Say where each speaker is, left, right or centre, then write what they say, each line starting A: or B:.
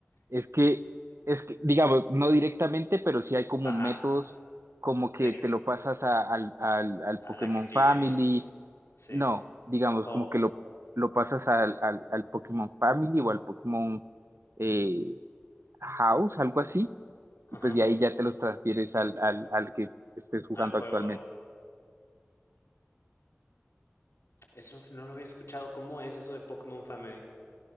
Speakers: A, on the right; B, on the left.
A: Es que, es que, digamos, no directamente, pero sí hay como
B: Ajá,
A: métodos como que
B: de que
A: te lo pasas a- al, al, al
B: a
A: Pokémon
B: la que sigue,
A: Family.
B: ¿no? Sí.
A: No, digamos,
B: O
A: como que lo, lo pasas al, al, al Pokémon Family o al Pokémon eh, House, algo así.
B: ajá,
A: Y pues de ahí ya te los transfieres al, al, al que estés jugando
B: al juego
A: actualmente.
B: de eso no lo había escuchado, ¿cómo es eso de Pokémon Family?